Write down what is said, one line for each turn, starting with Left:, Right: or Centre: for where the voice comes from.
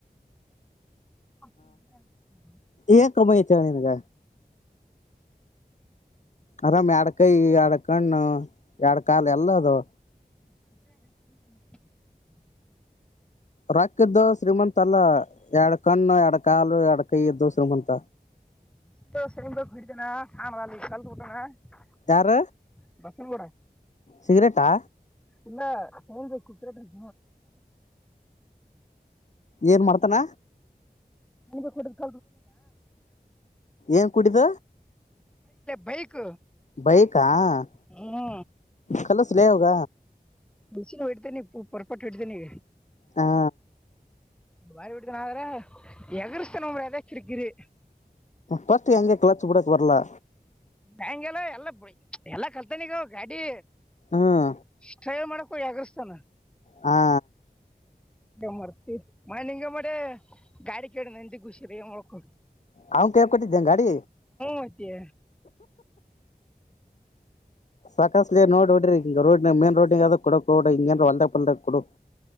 Centre: <inaudible>
Left: ಏನ್ ಕಮ್ಮಿ ಆಗೈತಿ ನಿನಗ ಆರಾಮ್ ಎಡಕೈ ಎಡ್ ಕಣ್ಣು ಎಡ್ ಕಾಲ್ ಎಲ್ಲದು.
Centre: ಹ
Left: ರೊಕ್ಕ ಇದ್ದು ಶ್ರೀಮಂತ ಅಲ್ಲ ಎರಡ್ ಕಣ್ಣ ಎರಡ ಕಾಲು ಎರಡ್ ಕೈ ಇದ್ದು ಶ್ರೀಮಂತ.
Centre: <unintelligible>
Left: ಯಾರ
Centre: ಬಸನ್ಗೂಡ
Left: ಸಿಗರೇಟಾ
Centre: ಇಲ್ಲ. ತಗಳ್ಬೇಕು ಕುತ್ರೆಟ <unintelligible>
Left: ಏನ್ ಮಾಡ್ತಾನ
Centre: ಮನಗೆ ಕೊಡಲ್ತ್
Left: ಏನ್ ಕುೂಡಿದ
Centre: ಬೈಕ್
Left: ಬೈಕ ಹ
Centre: ಹ್ಞೂ
Left: ಕಲ ಸಲೇ ಹೋಗ
Centre: ಬಿಸಿನ ಹೂಡ್ತೇನೆ ಪೂ ಪರ್ಪೆಕ್ಟ್ ಹೂಡ್ತೇನ.
Left: ಹಾ
Centre: ಬಾರಿ ಬಿಡ್ತನ ಆದ್ರ ಎಗರಿಸತನದ ಕಿರಿಕಿರಿ
Left: ಫಸ್ಟ್ ಹೆಂಗೆ ಕ್ಲಾಚ್ ಬಿಡಕ್ ಬರ್ಲಾ
Centre: ಬ್ಯಾಗೆಲ್ಲ ಎಲ್ಲುಡಿ ಎಲ್ಲ ಕಲ್ತನಿಗ ಗಾಡಿ
Left: ಹ್ಮ್
Centre: ಸ್ಟೇ ಮಾಡ ಕ ಅಗ್ರ್ತಾನ.
Left: ಹಾ
Centre: ಮರ್ತಿ ಮ ನಿಂಗ ಮ ಗಾಡಿ ಕಡ ನಂದಿ ಷಿರಿಳ್ಕಡ್
Left: ಹ ಕವ ಕೊಟ್ಟಡಿ ಎನ್ ಗಡಿ
Centre: ಮತ್ತೆ
Left: ಸಾಕಷ್ಟ ನೋಡ್ಬ ಬಿಡ್ರಿಂಗ ರೋಡ್ ಮೇನ್ ರೋಡ್ ಕೊಡಕ್ ಹ ಹಿಂಗಏನ್ ಹೊಲ್ದ ಪಲ್ದಕ್ ಕೊಡ